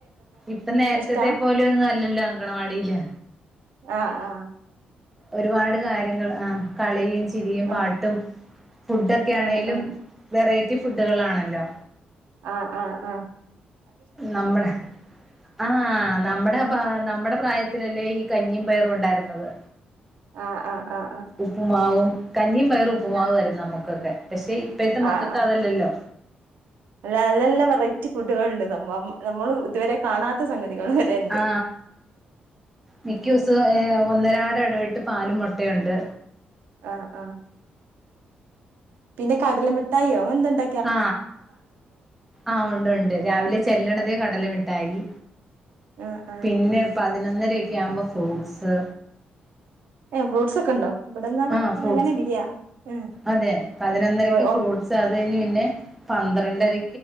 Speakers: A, in the centre; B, on the right.
A: ഇപ്പ നേരത്തെത്തെ
B: ഇഷ്ടാ
A: പോലും ഒന്നും അല്ലല്ലോ അങ്കണവാടിയില്.
B: ആ, ആ.
A: ഒരുപാട് കാര്യങ്ങൾ ആ കളിയും ചിരിയും പാട്ടും.
B: ആഹ്
A: ഫുഡൊക്കെ ആണേലും
B: ആഹ് ആഹ്
A: വെറൈറ്റി ഫുഡുകൾാണല്ലോ.
B: ആ, ആ, ആ.
A: നമ്മടെ ആ, നമ്മുടെ പ്രായത്തിലല്ലേ ഈ കഞ്ഞിയും പയറും ഉണ്ടായിരുന്നത്.
B: ആ, ആ, ആ.
A: ഉപ്പുമാവും കഞ്ഞിയും പയറും ഉപ്പുമാവു
B: ആഹ്
A: മായിരുന്നു നമ്മുക്കൊക്കെ പക്ഷേ ഇപ്പോഴത്തെ മക്കൊക്കെ
B: ആഹ് ആഹ്
A: അതല്ലല്ലോ.
B: അല്ല, നല്ല നല്ല വെറൈറ്റി ഫുഡുകുകളുണ്ട് സംഭവ നമ്മൾ ഇതുവരെ കാണാത്ത സംഗതികൾ. വരെ ഉണ്ട്
A: ആ, മിക്കദിവസവും ഒന്നരട ഇടവിട്ട് പാലും മുട്ടയുണ്ട്.
B: ആ, ആ. പിന്നെ കടലമിട്ടായിയോ അങ്ങനെ എന്തുണ്ട
A: ആ, ആഹ ഉണ്ട്, ഉണ്ട് രാവിലെ ചെല്ലണതേ കടലുമിട്ടായി.
B: ആഹ് ആഹ്
A: പിന്നെ പതിനൊന്നരൊക്കെ ആവുമ്പോ ഫ്രൂട്ട്സ്.
B: ഏ, ഫ്രൂട്ടസ് ഒക്കെ ഉണ്ടോ. ഇവിടെന്നാ
A: ആ ഫ്രൂട്ട്സ്
B: അങ്ങനെ ഇല്ല ആഹ്
A: അതെ പതിനൊന്നരക്ക്
B: ഓഹ് ഓഹ്
A: ഫ്രൂട്ടസ് അത് കഴിഞ്ഞു പിന്നെ പന്ത്രണ്ടര
B: ആഹ്